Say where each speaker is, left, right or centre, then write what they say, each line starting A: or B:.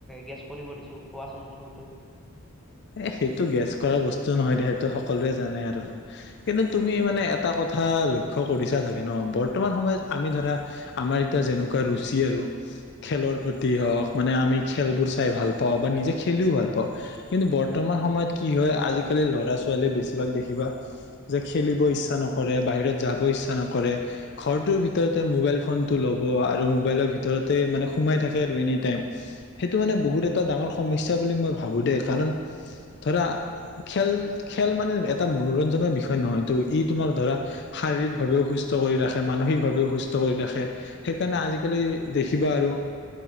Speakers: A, in the centre; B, on the left (about 50°).
A: গেছ কৰিব দিছো কোৱাচোন কোন সেটো
B: এ সেইটো গেছ কৰা বস্তু নহয় দে সেইটো সকলোৱে জানে আৰু কিন্তু তুমি মানে এটা কথা লক্ষ্য কৰিছা চাগে ন বৰ্তমান সময়ত আমি ধৰা আমাৰ এতিয়া যেনেকুৱা ৰুচি আৰু খেলৰ প্ৰতি হওক মানে আমি খেলবোৰ চাই ভাল পাওঁ বা নিজে খেলিও ভাল পাওঁ কিন্তু বৰ্তমান সময়ত কি হয় আজিকালি ল'ৰা ছোৱালীয়ে বেছিভাগ দেখিবা যে খেলিব ইচ্ছা নকৰে বাহিৰত যাব ইচ্ছা নকৰে ঘৰটোৰ ভিতৰতে মোবাইল ফোনটো ল'ব আৰু মোবাইলৰ ভিতৰতে মানে সোমাই থাকে আৰু এনি টাইম সেইটো মানে বহুত এটা ডাঙৰ সমস্যা বুলি মই ভাবো দে। কাৰণ ধৰা খেল, খেল মানে এটা মনোৰঞ্জনৰ বিষয় নহয়টো। ই তোমাক ধৰা শাৰীৰিক ভাৱেও সুস্থ কৰি ৰাখে, মানসিকভাৱেও সুস্থ কৰি ৰাখে। সেইকাৰণে আজিকালি দেখিবা আৰু